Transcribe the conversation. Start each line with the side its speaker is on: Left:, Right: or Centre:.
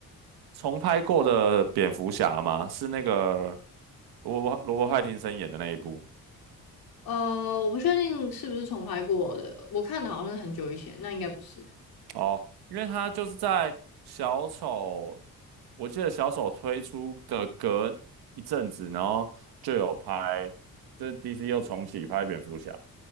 Right: 重拍过的蝙蝠侠吗？是那个罗伯罗伯派廷森演的那一部。
Left: 呃，我不确定是不是重拍过的，我看的好像是很久以前，那应该不是。
Right: 哦，因为他就是在小丑我记得小丑推出的隔一阵子，然后就有拍，就是 DC 又重启拍蝙蝠侠，